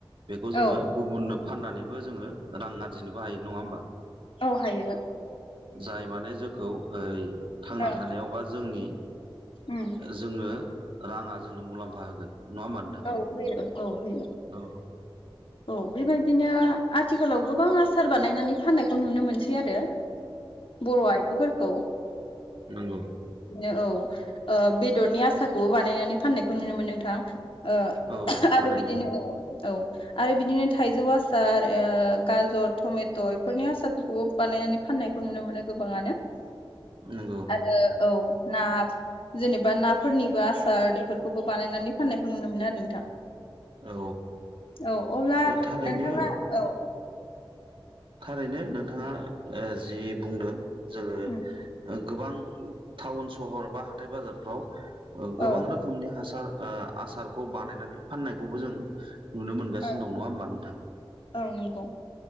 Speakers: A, on the right; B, on the left.
A: बेखौ जोङो
B: औ
A: गुबुननो फाननानैबो जोङो रां आरजिनोबो हायो, नङा होमबा?
B: औ हायो।
A: जाय माने जोंखौ ओइ थांना
B: ओं
A: थानायाव बा जोंनि
B: उम।
A: जोङो राङा जोंनो मुलाम्फा होगोन। नङा होमबा नोंथां?
B: औ होयो। औ होयो।
A: औ।
B: औ बेबायदिनो आथिखालाव गोबां आसार बानायनानै फाननायखौ नुनो मोनसै आरो बर' आइजोफोरखौ।
A: नोंगौ।
B: नो औ बेदरनि आसारखौबो बानायनानै फाननायखौ नुनो मोनो नोंथां। ओ
A: औ थारैनो
B: आरो बिदिनो औ। आरो बिदिनो थाइजौ आसार, ओ गाजर, टमेट' बेफोरनि आसारफोरखौबो बानायनानै फाननायखौ नुनो मोनो गोबाङानो।
A: नंगौ
B: आरो औ। ना, जेनेबा नाफोरनिबो आसार एफोरखौबो बानायनानै फाननायखौ नुनो मोनो आरो नोंथाङा।
A: औ।
B: औ अब्ला
A: दा थारैनो
B: नोंथाङा औ।
A: थारैनो नोंथाङा ओ जि बुंदों जोङो
B: उम
A: ओ गोबां टाउन सहर बा हाथाइ बाजारफ्राव गोबां
B: औ
A: रोखोमनि हासार ओ आसारखौ बानायनानै फाननायखौबो जों नुनो मोनगासिनो
B: औ
A: दं, नङा होमबा नोंथां?
B: औ नंगौ